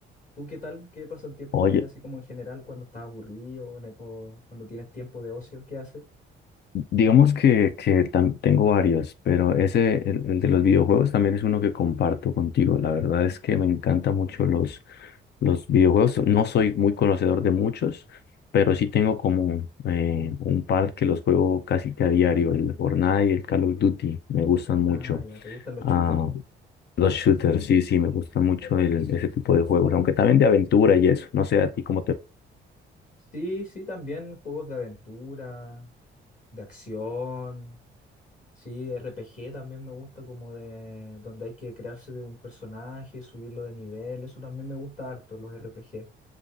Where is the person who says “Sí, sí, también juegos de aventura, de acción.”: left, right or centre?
Left